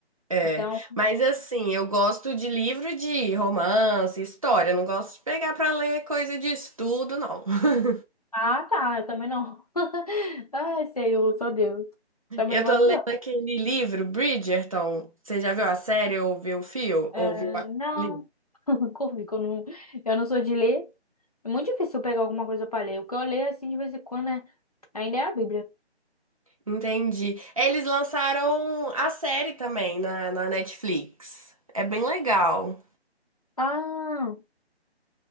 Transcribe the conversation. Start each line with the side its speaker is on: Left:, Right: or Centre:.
Right: É,
Left: Então,
Right: mas assim, eu gosto de livro de romance, história, eu não gosto de pegar pra ler coisa de estudo, não. <laughs>
Left: ah, tá, eu também não. <laughs> Ai, Senhor, só Deus. Também
Right: Eu
Left: não
Right: tô
Left: gosto
Right: lendo
Left: não.
Right: aquele livro, Bridgerton. Você já viu a série ou viu o fio?
Left: É,
Right: Ou viu a...
Left: não,
Right: li?
Left: <laughs> Corvi, que eu não, eu não sou de ler. É muito difícil eu pegar alguma coisa pra ler. O que eu leio, assim, de vez em quando, é, ainda é a Bíblia.
Right: Entendi. Eles lançaram a série também na, na Netflix. É bem legal.
Left: Ah,